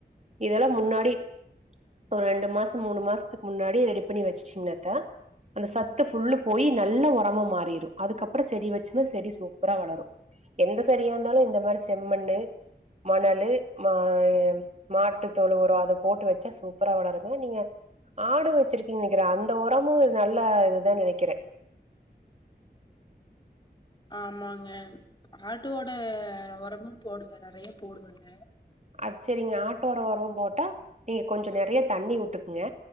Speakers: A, on the right; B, on the left.
A: இதெல்லாம் முன்னாடி ஒரு ரெண்டு மாசம் மூணு மாசத்துக்கு முன்னாடியே ரெடி பண்ணி வச்சிட்டீங்கனாக்கா அந்த சத்து ஃபுல்லும் போயி நல்லா ஒரமா மாறிடும் அதுக்கப்புறம் செடி வச்சோனா செடி சூப்பரா வளரும் எந்த சரியா இருந்தாலும் இந்த மாரி செம்மண்ணு மணலு மா மாட்டுத்தொழு ஒரொ அத போட்டு வச்சா சூப்பரா வளருங்க நீங்க ஆடு வச்சிருக்கீங்க நெனைக்கிறேன் அந்த ஒரமும் நல்லா இதுதா நெனைக்கிறேன்
B: ஆமாங்க ஆட்டுடோட ஒரமு போடுவ நெறைய போடுவங்க
A: ஆ செரிங்க ஆட்டோட ஒரோ போட்டா நீங்க கொஞ்சோ நெறைய தண்ணி வுட்டுக்குங்க